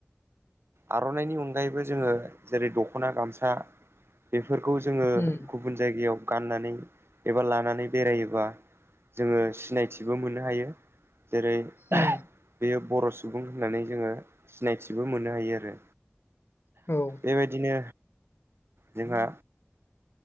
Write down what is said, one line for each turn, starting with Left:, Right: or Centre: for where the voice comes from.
Right: आर'नाइनि अनगायैबो जोंङो जेरै दख'ना गामसा बेफोरखौ जोंङो
Left: उम
Right: गुबुन जायगायाव गाननानै एबा लानानै बेरायोबा जोंङो सिनायथिबो मोननो हायो जेरै
Left: ओम
Right: बेयो बर' सुबुं होननानै जोङो सिनायथिबो मोननो हायो आरो।
Left: औ
Right: बेबायदिनो जोंहा